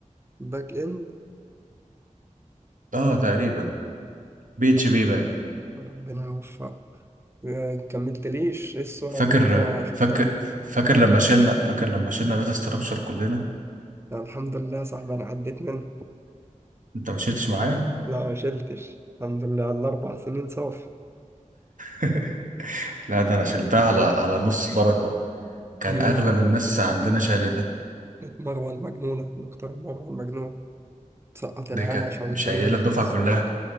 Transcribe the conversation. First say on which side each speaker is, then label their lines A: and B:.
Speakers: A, on the right (about 20°); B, on the right (about 80°).
A: باك اند
B: اه تقريبا بي اتش
A: ولا-
B: بي باين
A: ربنا يوفقه آه، كملتليش ايه الصورة
B: فاكر
A: اللي انت شفتها
B: فاكر فاكر لما شلنا فاكر لما شلنا داتا ستراكشر كلنا
A: يعني الحمد لله يا صاحبي انا عديت منها
B: انت ما شلتش معايا
A: لا ما شلتش الحمد لله على الاربع سنين صافي
B: <laughs> لا ده انا شلتها على على نص درجة كان
A: هي
B: اغلب الناس عندنا شايلينها
A: مروة المجنونة دكتور مروة المجنونة تسقط
B: دي
A: العيال
B: كانت
A: عشان
B: مشايله
A: تلم فلوس
B: الدفعة كلها